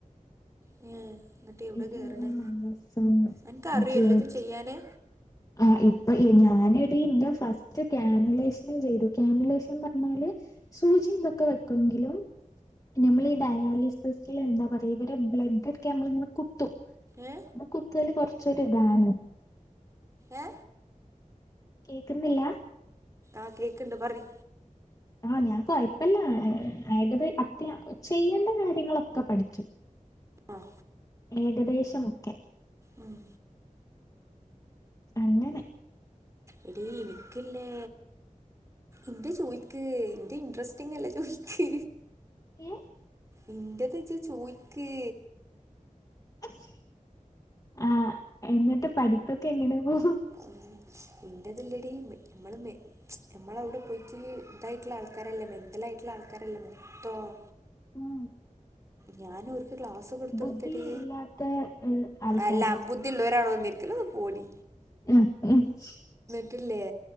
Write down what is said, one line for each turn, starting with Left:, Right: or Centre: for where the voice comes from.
Right: ഏ എന്നിട്ട് എവിടെ
Left: ഇതേത്
Right: കേറണ്
Left: മാസം
Right: അനക്ക് അറിയോ
Left: ജൂൺ
Right: എല്ലതും ചെയ്യാന്
Left: ആ ഇപ്പൊ ഞാനെടീ ന്റെ ഫസ്റ്റ് കാനല <unintelligible> ന്നാല് സൂചി ഇതൊക്കെ വെക്കുങ്കിലും നമ്മളീ ഈ ഡയാലിസിസ്ള് എന്താ പറ തേവരെ ബ്ലെഡ്ഢ്ക്കെ മ്മളിങ്ങനെ കുത്തും
Right: ഏ
Left: മ്മ കുത്തല് കൊറച്വര് ട്ടിതാണ്
Right: ഏ
Left: കേക്കുന്നില്ലാ
Right: ആ കേക്ക്ണ്ട് പറയ്
Left: ആഹ് ഞാക്വായി അല്ല ഏകദേ അത്യാ ചെയ്യേണ്ട കാര്യങ്ങളൊക്കെ പഠിച്ചു
Right: ആ
Left: ഏകദേശമൊക്കെ
Right: ഉം.
Left: അങ്ങനെ
Right: എടീ ഇനിക്കില്ലേ. ഇന്റെ ചോയ് ക്ക് ഇൻ്റെ ഇൻട്രസ്റ്റിങില്ല ജോയ്ക്ക്.
Left: ഏ
Right: എൻ്റത്ച്ച് ചോയ്ക്ക്
Left: ആ്ചിആ എന്നിട്ട് പഠിപ്പൊക്കെ എങ്ങനെ പോ
Right: ഉംചി എൻ്റതില്ലേടി മേ മ്മള് മേ ഞമ്മളവിടെ പോയിട്ട് ഇതായിട്ട്ള്ള ആൾക്കാരല്ലേ മെൻ്റലായിട്ടുള്ള ആൾക്കാരല്ലേ മൊത്തോം
Left: ഉം
Right: ഞാന് ഒരു ക്ലാസ് കൊടുത്തടുത്ത
Left: ബുദ്ധി
Right: ഡി
Left: ഇല്ലാത്ത ഏഹ് ആൾക്കാര്
Right: അല്ല ബുദ്ധിള്ളവരാണോ നിരിക്കലത് പോടി
Left: <unintelligible>
Right: ട്ടില്ലെ